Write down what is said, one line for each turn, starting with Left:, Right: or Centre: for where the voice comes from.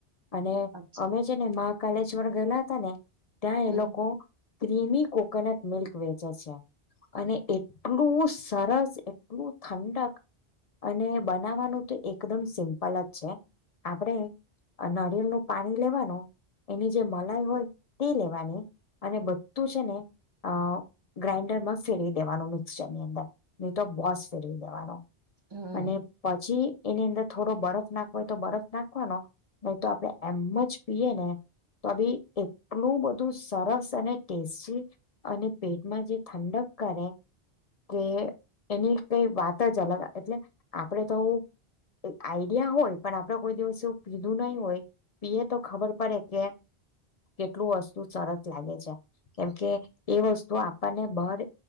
Left: અને
Right: અચ્છા.
Left: અમે છે ને મા કોલેજ વાલા ગયેલા હતા ને ત્યાં
Right: હમ
Left: એ લોકો ક્ર્રીમી કોકોનટ મિલ્ક વેચે છે અને એટલું સરસ એટલું ઠંડક અને બ બનાવવાનું તો એકદમ સિમ્પલ જ છે. આપણેે નળિયેલનું પાણી લેવાનું. એની જે મલાઈ હોય તે લેવાની. અને બધું છે ને અ ગ્રાઈન્ડરમાં ફેરવી દેવાનું મિક્સચરની અંદર. નહી તો બોસ ફેરવી દેવાનો.
Right: હમ.
Left: અને પછી એની અંદર થોડો બરફ નાખવો હોય તો બરફ નાખવાનો નહી તો આપણે એમ જ પીએ ને તો ભી એટલું બધું સરસ અને ટેસ્ટી અને પેટમાં જે ઠંડપ કરે કે એની કઈ વાત જ અલગ એટલે આપડે તો એ આઈડિયા હોય પણ આપડે કોઈ દિવસે એવું પીધું નહી હોય પીએ તો ખબર પડે કે કેટલું વસ્તુ સરસ લાગે છે કેમકે એ વસ્તુ આપણને બાહર